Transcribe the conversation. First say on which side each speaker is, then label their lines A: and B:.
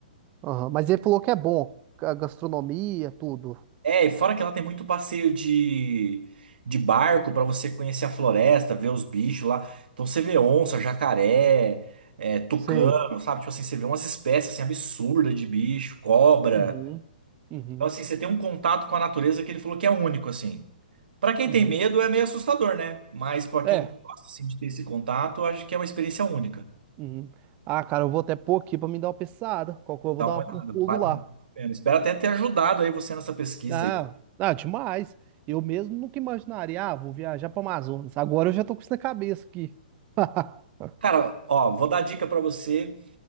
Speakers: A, on the right; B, on the right.
A: aham, Mas ele falou que é bom. A gastronomia, tudo.
B: É, e fora que lá tem muito passeio de, de barco pra você conhecer a floresta, ver os bichos lá. Então você vê onça, jacaré, é, tucano,
A: Sei.
B: sabe? Tipo assim, você vê umas espécies assim, absurdas de bicho, cobra.
A: Uhum, uhum,
B: Então assim, você tem um contato com a natureza que ele falou que é único, assim. Pra quem
A: uhum.
B: tem medo é meio assustador, né? Mas pra
A: É.
B: quem gosta assim, de ter esse contato, eu acho que é uma experiência única.
A: Uhum. Ah, cara, eu vou até pôr aqui pra me dar uma pensada. Qual que eu vou
B: Dá
A: dar
B: uma
A: um
B: olhada,
A: pulo
B: vale
A: lá.
B: a pena. Espero até ter ajudado aí você nessa pesquisa
A: Não,
B: aí.
A: não, demais. Eu mesmo nunca imaginaria, ah, vou viajar para Amazonas. Agora eu já tô com isso na cabeça aqui. <laughs>
B: Cara, ó, vou dar dica pra você.